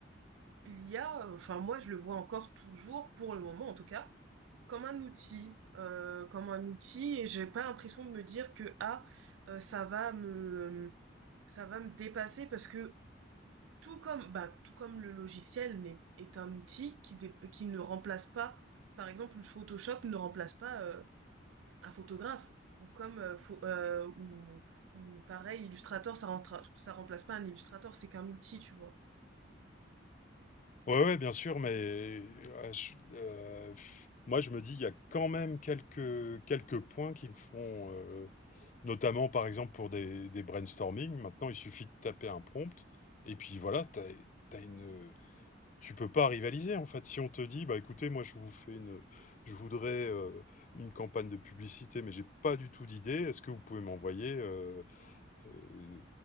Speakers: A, on the right (about 80°); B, on the left (about 40°).
A: l'IA, euh, enfin moi je le vois encore toujours, pour le moment en tout cas, Comme un outil, heu, comme un outil et j'ai pas l'impression de me dire que: «Ah, heu, ça va me ça va me dépasser» parce que tout comme bah, tout comme le logiciel n'est est un outil qui dé qui ne remplace pas par exemple, le Photoshop ne remplace pas, heu, un photographe ou comme, heu, pho heu, ou ou pareil Illustrator ça rentra ça remplace pas un illustrateur c'est qu'un outil, tu vois?
B: ouais, ouais, bien sûr, mais euh, je- euh, moi je me dis, il y a quand même quelques quelques points qui me font, euh, notamment par exemple pour des, des brainstorming. Maintenant, il suffit de taper un prompt et puis voilà, t'as as une tu peux pas rivaliser en fait. Si on te dit, bah écoutez, moi je vous fais une, je voudrais euh, une campagne de publicité, mais j'ai pas du tout d'idée. Est-ce que vous pouvez m'envoyer euh, euh,